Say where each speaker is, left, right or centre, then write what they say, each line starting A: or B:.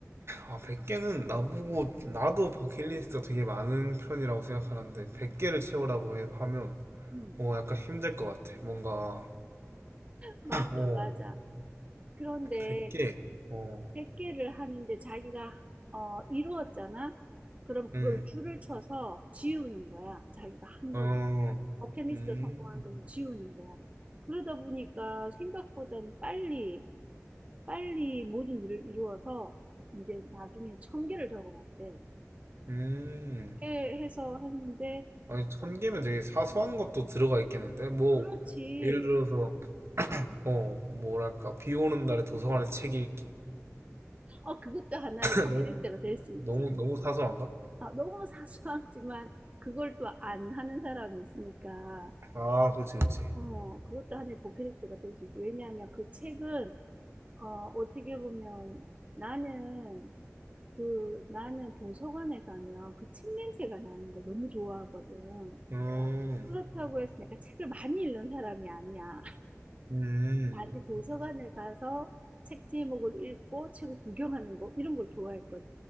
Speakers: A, on the right; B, on the right.
A: 아, 100개는 나보고 나도 버킷리스트가 되게 많은 편이라고 생각하는데 100개를 채우라고 해- 하면
B: 음,
A: 어, 약간 힘들 것 같아. 뭔가.
B: 맞아,
A: 어.
B: 맞아. 그런데
A: 100개. 어.
B: 100개를 하는데 자기가 어, 이루었잖아? 그럼 그걸
A: 음.
B: 음, 줄을 쳐서 지우는 거야. 자기가 한
A: 어,
B: 거는. 버킷리스트
A: 음,
B: 성공한 거는 지우는 거야. 그러다 보니까 생각보다는 빨리, 빨리 모든 일을 이루어서 이제 나중에 천 개를 적어봤대.
A: 음.
B: 게 해서 했는데
A: 아니, 천
B: 어,
A: 개면 되게 사소한 것도 들어가 있겠는데? 뭐,
B: 그렇지.
A: 예를 들어서, 어, 뭐랄까, 비 오는 날에 도서관에서 책 읽기.
B: 어, 그것도 하나의
A: <laughs>
B: 버킷리스트가
A: 너무,
B: 될 수 있지.
A: 너무, 너무 사소한가?
B: 아, 너무 사소하지만 그걸 또 안 하는 사람이 있으니까
A: 아, 그렇지, 그렇지.
B: 어, 그것도 하나의 버킷리스트가 될 수 있지. 왜냐하면 그 책은 어, 어떻게 보면 나는 그 나는 도서관에 가면 그 책 냄새가 나는 걸 너무 좋아하거든.
A: 음,
B: 그렇다고 해서 내가 책을 많이 읽는 사람이 아니야.
A: 음.
B: 나는 도서관을 가서 책 제목을 읽고 책을 구경하는 거 이런 걸 좋아했거든.